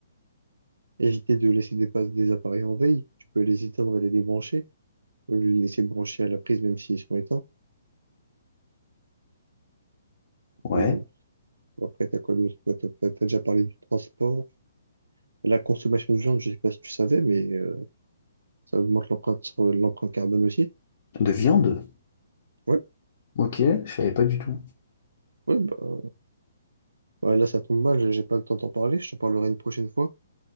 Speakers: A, on the right; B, on the left.
A: Éviter de laisser des, pas- des appareils en veille. Tu peux les éteindre et les débrancher. Au lieu de les laisser brancher à la prise, même s'ils sont éteints.
B: Ouais,
A: Euh, après, t'as quoi d'autre? Quoi, T'as, t'as- t'as déjà parlé du transport. La consommation de viande, je sais pas si tu savais, mais euh, ça augmente l'empreinte sur- l'empreinte carbone aussi.
B: de viande.
A: Ouais,
B: Ok, je savais pas du tout.
A: ouais, bah, bah là, ça tombe mal, j'ai j'ai pas le temps d'en parler. Je t'en parlerai une prochaine fois.